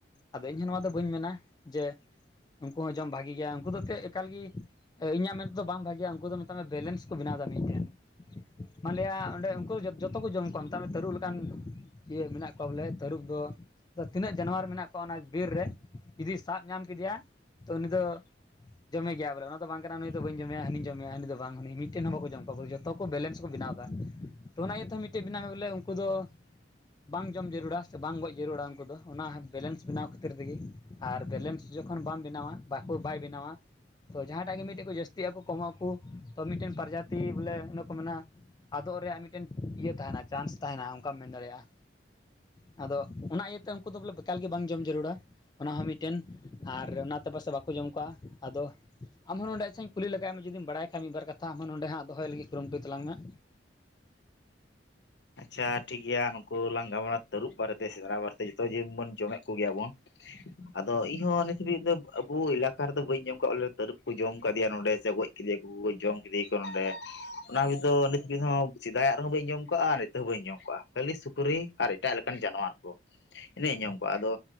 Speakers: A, on the left (about 25°); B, on the left (about 65°).
A: ᱟᱫᱚ ᱤᱧ ᱦᱚᱸ ᱱᱚᱣᱟ ᱫᱚ ᱵᱟᱹᱧ ᱢᱮᱱᱟ ᱡᱮᱼᱼ ᱩᱱᱠᱩ ᱦᱚᱸ ᱡᱚᱢ ᱵᱷᱟᱜᱤ ᱜᱤᱭᱟ ᱩᱱᱠᱩ ᱫᱚ ᱛᱮᱫ ᱮᱠᱟᱞ ᱜᱤ ᱤᱧᱟᱜ ᱢᱮᱱ ᱛᱮᱫᱚ ᱵᱟᱝ ᱵᱷᱟᱜᱮᱭᱟ ᱩᱱᱠᱩ ᱫᱚᱼᱼ ᱮ ᱵᱮᱞᱮᱱᱥ ᱠᱚ ᱵᱮᱱᱟᱣ ᱫᱟ ᱢᱤᱫᱴᱮᱱ ᱢᱟᱱᱞᱤᱭᱟ ᱚᱸᱰᱮ ᱩᱱᱠᱩ ᱡᱚᱛᱚ ᱠᱚ ᱡᱚᱢ ᱠᱚᱣᱟ ᱢᱮᱛᱟᱜ ᱢᱮ ᱛᱟᱹᱨᱩᱵᱽ ᱞᱮᱠᱟᱱ᱾ ᱤᱭᱟᱹᱲ ᱢᱮᱱᱟᱜ ᱠᱚᱣᱟ ᱵᱚᱞᱮ ᱛᱟᱹᱨᱩᱵ ᱫᱚ᱾ ᱟᱫᱚ ᱛᱤᱱᱟᱹᱜ ᱡᱟᱱᱣᱟᱨ ᱢᱮᱱᱟᱜ ᱠᱚᱣᱟ ᱚᱱᱟ ᱵᱤᱨ ᱨᱮ ᱡᱩᱫᱤᱭ ᱥᱟᱵ ᱧᱟᱢ ᱠᱮᱫᱮᱭᱟ, ᱛᱚ ᱩᱱᱤ ᱫᱚᱼᱼ ᱡᱚᱢᱮ ᱜᱮᱭᱟᱭ ᱵᱚᱞᱮ ᱚᱱᱟ ᱫᱚ ᱵᱟᱝ ᱠᱟᱱᱟ ᱱᱩᱭ ᱫᱚ ᱵᱟᱹᱧ ᱡᱚᱢᱮᱭᱟ ᱦᱟᱹᱱᱤᱧ ᱡᱚᱢᱮᱭᱟ ᱦᱟᱱᱤ ᱫᱚᱼᱼ ᱵᱟᱝ ᱦᱟᱱᱤ ᱢᱤᱫᱴᱮᱱ ᱦᱚᱸ ᱵᱟᱠᱚ ᱡᱚᱢ ᱠᱚᱣᱟ ᱵᱚᱞᱮ ᱡᱚᱛᱚ ᱠᱚ ᱵᱮᱞᱮᱱᱥ ᱠᱚ ᱵᱮᱱᱟᱣ ᱮᱫᱟ᱾ ᱛᱚ ᱚᱱᱟ ᱤᱭᱟᱹᱛᱮ ᱢᱤᱫᱴᱟᱝ ᱵᱮᱱᱟᱣ ᱢᱮ ᱵᱚᱞᱮ ᱩᱱᱠᱩ ᱫᱚᱼᱼ ᱵᱟᱝ ᱡᱚᱢ ᱡᱟᱹᱨᱩᱲᱟ ᱥᱮ ᱵᱟᱝ ᱜᱚᱡ ᱡᱟᱹᱨᱩᱲᱟ ᱩᱱᱠᱩ ᱫᱚ ᱚᱱᱟ ᱵᱮᱞᱮᱱᱥ ᱵᱮᱱᱟᱣ ᱠᱷᱟᱹᱛᱤᱨ ᱛᱮᱜᱮᱼᱼ ᱟᱨ ᱵᱮᱞᱮᱱᱥ ᱡᱚᱠᱷᱚᱱ ᱵᱟᱢ ᱵᱮᱱᱟᱣᱟ ᱵᱟᱠᱚ ᱵᱟᱭ ᱵᱮᱱᱟᱣᱟᱼᱼ ᱛᱚ ᱡᱟᱦᱟᱸᱴᱟᱭ ᱜᱮ ᱢᱤᱫᱴᱮᱱ ᱠᱚ ᱡᱟᱹᱥᱛᱤᱜᱼᱟ ᱠᱚ ᱠᱚᱢᱚᱜ ᱟᱠᱩ ᱛᱚ ᱢᱤᱫᱴᱮᱱ ᱯᱟᱨᱡᱟᱛᱤ ᱵᱚᱞᱮ ᱤᱱᱟᱹᱠᱚ ᱢᱮᱱᱟᱼᱼ ᱟᱫᱚᱜ ᱨᱮᱭᱟᱜ ᱢᱤᱫᱴᱮᱱ ᱤᱭᱟᱹ ᱛᱟᱦᱮᱱᱟ ᱪᱟᱱᱥ ᱛᱟᱦᱮᱱᱟ ᱚᱱᱠᱟᱢ ᱢᱮᱱ ᱫᱟᱲᱮᱭᱟᱜᱼᱟ᱾ ᱟᱫᱚ ᱚᱱᱟ ᱤᱭᱟᱹᱛᱮ ᱩᱱᱠᱩ ᱫᱚ ᱵᱚᱞᱮ ᱮᱠᱟᱞ ᱜᱮ ᱵᱟᱝ ᱡᱚᱢ ᱡᱟᱹᱨᱩᱲᱟ᱾ ᱚᱱᱟ ᱦᱚᱸ ᱢᱤᱫᱴᱮᱱ ᱟᱨ ᱚᱱᱟᱛᱮ ᱯᱟᱥᱮᱡ ᱵᱟᱠᱚ ᱡᱚᱢ ᱠᱚᱣᱟ, ᱟᱫᱚᱼᱼ ᱟᱢᱦᱚ ᱱᱚᱰᱮ ᱟᱪᱪᱷᱟᱧ ᱠᱩᱞᱤ ᱞᱮᱜᱟ ᱢᱮᱭᱟ ᱡᱩᱫᱤᱢ ᱵᱟᱲᱟᱭ ᱠᱷᱟᱱ, ᱢᱤᱫᱵᱟᱨ ᱠᱟᱛᱷᱟ ᱦᱚ ᱱᱚᱰᱮ ᱦᱟᱸᱜ ᱫᱚᱦᱚᱭ ᱞᱟᱹᱜᱤᱫ ᱠᱩᱨᱩᱢᱴᱩᱭ ᱛᱟᱞᱟᱝ ᱢᱮ ᱦᱟᱜᱼᱼ
B: ᱟᱪᱪᱷᱟ ᱴᱷᱤᱠ ᱜᱮᱭᱟ ᱱᱩᱠᱩ ᱞᱟᱸᱜᱟ ᱵᱟᱲᱟ ᱛᱟᱹᱨᱩᱵ ᱵᱟᱨᱮᱛᱮ ᱥᱮᱸᱫᱽᱨᱟ ᱵᱟᱨᱮᱛᱮ ᱡᱚᱛᱚ ᱡᱤᱵ ᱵᱚᱱ ᱡᱚᱢᱮᱫ ᱠᱚᱜᱮᱭᱟ ᱵᱚᱱ᱾ ᱟᱫᱚ ᱤᱧ ᱦᱚᱸ ᱱᱤᱛ ᱦᱟᱹᱵᱤᱡ ᱫᱚ ᱟᱵᱚ ᱮᱞᱟᱠᱟ ᱨᱮᱫᱚ ᱵᱟᱹᱧ ᱟᱸᱡᱚᱢ ᱟᱠᱟᱜᱼᱟ, ᱵᱚᱞᱮ ᱛᱟᱹᱨᱩᱵ ᱠᱚ ᱡᱚᱢ ᱠᱟᱫᱮᱭᱟ ᱱᱚᱰᱮ ᱥᱮ ᱜᱚᱡᱼᱼ ᱠᱮᱫᱮᱭᱟ ᱠᱚ ᱡᱚᱢ ᱠᱮᱫᱮᱭᱟ ᱠᱚ ᱱᱚᱰᱮ ᱚᱱᱟ ᱫᱚ ᱱᱤᱛ ᱦᱟᱹᱵᱤᱡ ᱦᱚᱸ ᱥᱮᱫᱟᱭᱟᱜ ᱨᱮᱦᱚᱸ ᱵᱟᱹᱧ ᱡᱚᱢ ᱠᱚᱜᱼᱟ᱾ ᱵᱟᱹᱧ ᱟᱸᱡᱚᱢ ᱠᱟᱜᱼᱟ, ᱠᱷᱟᱹᱞᱤ ᱥᱩᱠᱨᱤ ᱟᱨ ᱮᱴᱟᱜ ᱞᱮᱠᱟᱱ ᱡᱟᱱᱣᱟᱨ ᱠᱚ ᱤᱱᱟᱹᱧ ᱡᱚᱢ ᱠᱟᱜᱼᱟ, ᱟᱫᱚᱼᱼ